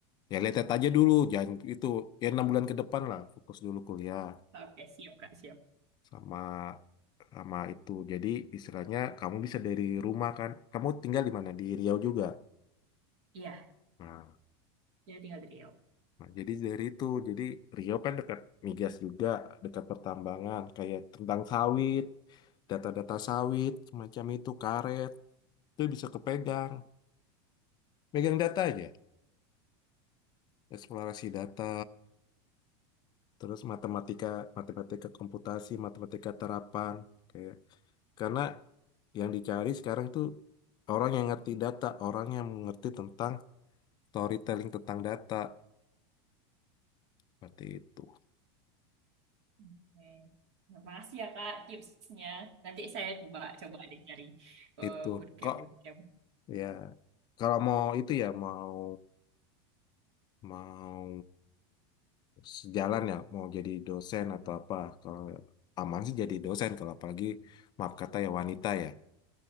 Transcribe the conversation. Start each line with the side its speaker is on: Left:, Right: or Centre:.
Left: ya lihat aja dulu jangan itu ya enam bulan ke depan lah fokus dulu kuliah
Right: Oke siap Kak siap.
Left: sama sama itu jadi istilahnya kamu bisa dari rumah kan kamu tinggal di mana di Riau juga
Right: Iya,
Left: Nah,
Right: jadi tinggal di Riau.
Left: Nah, jadi dari itu, jadi Rio kan dekat migas juga, dekat pertambangan, kayak tentang sawit, data-data sawit, semacam itu, karet, itu bisa kepegang. Megang data aja, eksplorasi data, terus matematika, matematika komputasi, matematika terapan, kayak karena yang dicari sekarang itu orang yang ngerti data, orang yang mengerti tentang storytelling tentang data, seperti itu.
Right: Oke. Terima kasih ya Kak tipsnya. Nanti saya coba coba deh cari eh,
Left: Itu
Right: bootcamp
Left: kok
Right: bootcamp.
Left: ya kalau mau itu ya mau mau sejalan ya mau jadi dosen atau apa kalau aman sih jadi dosen kalau apalagi maaf kata ya wanita ya